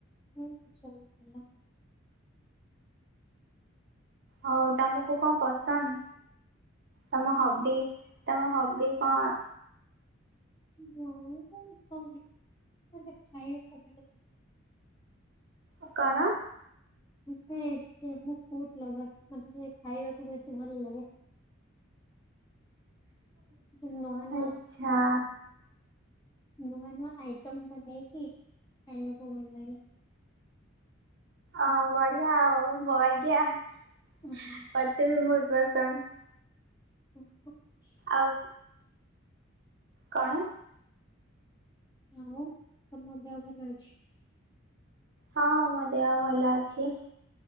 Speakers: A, on the left; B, on the right.
A: ହୁଁ ସବୁ ଭଲ।
B: ହଉ ତମକୁ କଣ ପସନ୍ଦ? ତମ ହବି ତମ ହବି କଣ?
A: ମୁଁ କଣ ମତେ ଖାଇବାକୁ ଭଲ ଲାଗେ।
B: ଓ କଣ?
A: ମୁ ଟିକେ ଟିକେ ଫୂଡ଼ ଲଭର। ମତେ ଟିକେ ଖାଇବାକୁ ବେଶି ଭଲ ଲାଗେ। ଟିକେ ନୂଆ ନୂଆ
B: ଆଚ୍ଛା।
A: ନୂଆ ନୂଆ ଆଇଟମ ବନେଇକି ଖାଇବାକୁ ଭଲ ଲାଗେ।
B: ଅ ବଢିଆ ଆଉ ମୋ ବାଗିଆ ମତେ
A: ହଁ
B: ବି ବହୁତ ପସନ୍ଦ।
A: <inaudible>
B: ଆଉ କଣ?
A: ଆଉ ତମ ଦେହ ଭଲ ଅଛି?
B: ହଁ ମୋ ଦେହ ଭଲ ଅଛି।